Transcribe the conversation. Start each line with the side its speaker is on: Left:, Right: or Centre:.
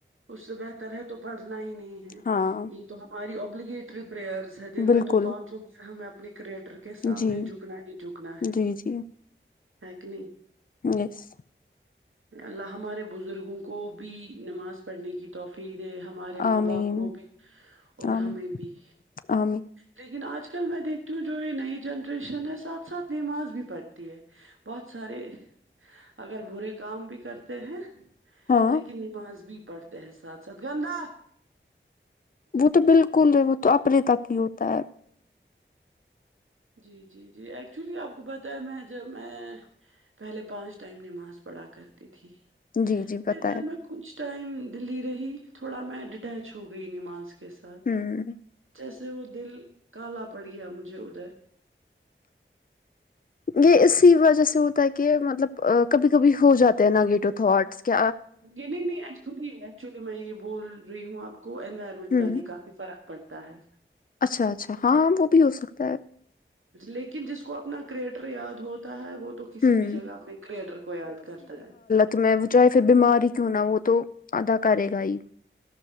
Right: اس سے بہتر ہے تو پڑھنا ہی نہیں ہے
Left: ہاں
Right: یہ تو ہماری ابلیگیٹری پریئرز دن
Left: بالکل
Right: میں تو پانچ عمر ہمیں اپنے کریٹر کے سامنے
Left: جی
Right: جھکنا ہی جھکنا ہے
Left: جی جی
Right: ہی کی نہیں
Left: یس
Right: اللہ ہمارے بزرگوں کو بھی نماز پڑھنے کی توفی دے ہمارے ماں
Left: آمین
Right: باپ کو بھی اور
Left: آمین
Right: ہمیں بھی
Left: آمین
Right: لیکن آج کل میں دیکھتی ہوں جو یہ نئی جنریشن ہے ساتھ ساتھ نماز بھی پڑھتی ہے بہت سارے اگر برے کام بھی کرتے ہیں
Left: ہاں
Right: لیکن نماز بہی پڑتے ہیں ساتھ ساتھ گندا
Left: وہ تو بالکل ہے وہ تو اپنے تک ہی ہوتا ہے
Right: جی جی جی ایکچولی آپ کو پتا ہے میں جب میں پہلے پانچ ٹائم نماز پڑھا کرتی تھی
Left: جی جی بتائیں
Right: پھر جب میں کچھ ٹائم دلی رہی تھوڑا میں ڈٹیچ ہو گئی نماز کے ساتھ
Left: ہوں
Right: جیسے وہ دل کالا پڑ گیا مجھے ادھر
Left: یہ اسی وجہ سے ہوتا ہے کہ مطلب کبھی کبھی ہو جاتے ہیں نگیٹیو تھاٹس کہ
Right: جی نہیں نہیں ایکچولی ایکچولی میں یہ بول رہی ہوں آپ کو انوائرمنٹ
Left: ہوں
Right: کادی کا فرق پڑتا ہے
Left: اچھا اچھا ہاں وہ بھی ہو سکتا ہے
Right: لیکن جس کو اپنا کریٹر یاد ہوتا ہے وہ تو کسی
Left: ہوں
Right: بھی جگہ اپنے کریٹر کو یاد کرتا ہے
Left: تو میں وہ چاہے پھر بیمار ہی کیوں نہ وہ تو ادا کرے گا ہی